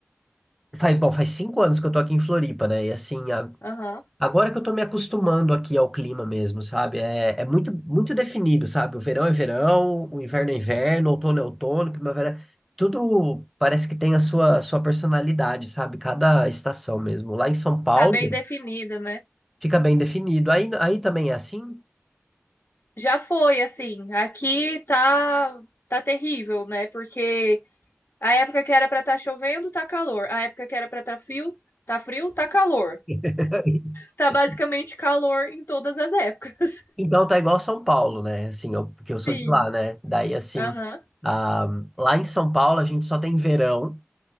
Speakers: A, in the centre; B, on the left.
A: Faz, bom, faz cinco anos que eu tô aqui em Floripa, né? E assim, a-
B: Aham.
A: agora que eu tô me acostumando aqui ao clima mesmo, sabe? É, é muito, muito definido, sabe? O verão é verão, o inverno é inverno, outono é outono, primavera. Tudo parece que tem a sua, sua personalidade, sabe? Cada estação mesmo. Lá em São Paulo,
B: Tá bem definido, né?
A: fica bem definido. Aí, aí também é assim?
B: Já foi, assim, aqui tá tá terrível, né? Porque a época que era pra tá chovendo, tá calor. A época que era pra tá frio, tá frio, tá calor.
A: <laughs>
B: Tá basicamente calor em todas as épocas.
A: Então tá igual São Paulo, né? Assim, eu- porque eu sou
B: Sim.
A: de lá, né? Daí, assim,
B: Aham.
A: ah, lá em São Paulo a gente só tem verão.